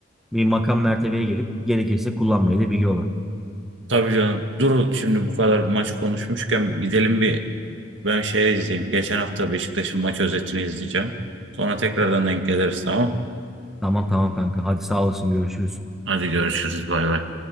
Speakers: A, in the centre; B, on the right.
A: bir makam mertebeye gelip gerekirse kullanmayı da biliyorlar.
B: Tabii canım. Dur şimdi bu kadar maç konuşmuşken gidelim bir ben şey izleyeyim. Geçen hafta Beşiktaş'ın maç özetini izleyeceğim. Sonra tekrardan denk geliriz tamam.
A: Tamam tamam kanka. Hadi sağ olasın görüşürüz.
B: Hadi görüşürüz bay bay.